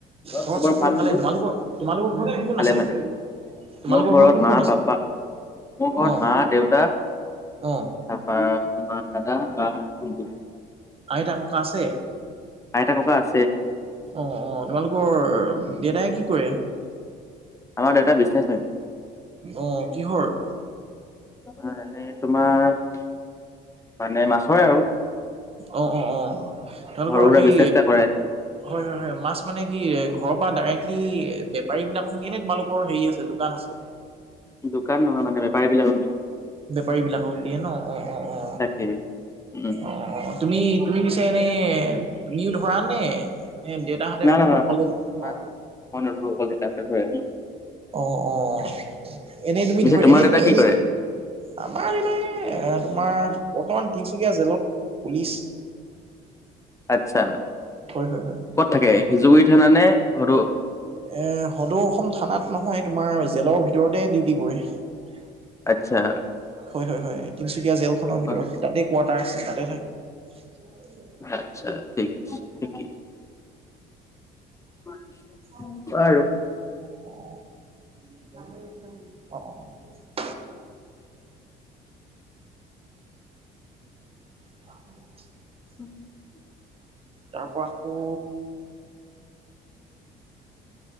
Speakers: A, on the right; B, on the left.
A: ঘৰত
B: চবৰ
A: চবৰে
B: ভাল
A: ভালেই
B: বোলো
A: তোমালোকৰ? তোমালোকৰ ঘৰত কোন কোন
B: ভালে
A: আছে?
B: ভালে
A: তোমালোকৰ
B: মোৰ ঘৰত
A: কোন
B: মা
A: কোন আছে?
B: পাপ্পা মোৰ ঘৰত
A: অ'
B: মা দেউতা।
A: অ',
B: তাৰপা তোমাৰ দাদা বা ভন্টি
A: আইতা ককা আছে?
B: আইতা ককা আছে।
A: অ', অ', তোমালোকৰ দেতাই কি কৰে?
B: আমাৰ দেতা বিজনেছমেন।
A: অ', কিহৰ?
B: অ', এনেই তোমাৰ মানে মাছৰে আৰু।
A: অ', অ', অ', তেওঁলোকৰ
B: সৰু সুৰা
A: সেই
B: বিজনেছ এটা কৰে।
A: হয়, হয়, হয়, মাছ মানে কি ঘৰৰ পৰা ডাইৰেক্টলি বেপাৰীবিলাকক দিয়ে নে তোমালোক হেৰি আছে দোকান আছে?
B: দোকান নহয় মানে বেপাৰী বিলাকক দিয়ে।
A: বেপাৰী বিলাকক দিয়ে ন অ' অ' অ'।
B: তাকে। উম,
A: অ' অ' তুমি তুমি পিছে এনে তুমিও ধৰা নে এ। ত তাহতে
B: না না না
A: অকলে
B: না
A: অ'।
B: না মই নধৰো অকল দেউতাক ধৰে।
A: অ' অ' এনেই তুমি
B: পিছে
A: ধৰি
B: তোমাৰ
A: এনেই
B: দেউতা
A: তুমি
B: কি
A: এনে।
B: কৰে?
A: আমাৰ এটাই তোমাৰ বৰ্তমান তিনচুকীয়া জেলত পুলিচ
B: আচ্ছা
A: হয় হয় হয়
B: ক'ত থাকে জুবি থানা নে সদৌ
A: এ সদৌ অসম থানাত নহয় তোমাৰ জেলৰ ভিতৰতে ডিউটি কৰে। হয়
B: আচ্ছা
A: হয় হয় তিনচুকীয়া জেল খনৰ ভিতৰত
B: অ',
A: তাতে কোৱাৰ্টাৰ আছে তাতে থাকে। <inaudible>
B: আচ্ছা ঠিক আছে ঠিকেই <inaudible>
A: <inaudible>
B: বাৰু
A: <inaudible>
B: <inaudible>
A: তাৰ পৰা আকৌ